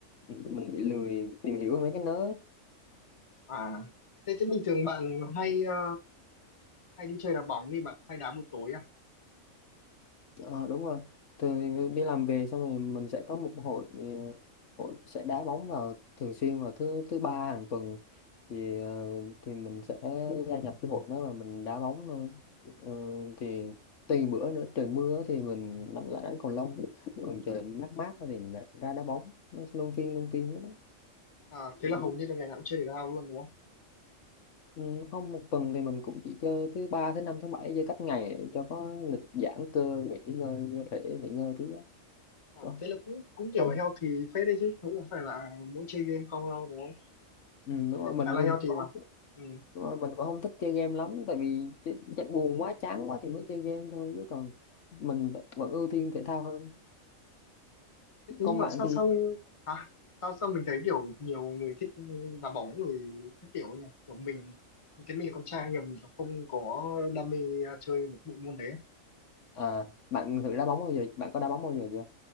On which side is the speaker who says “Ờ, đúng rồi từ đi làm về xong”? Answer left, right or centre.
Left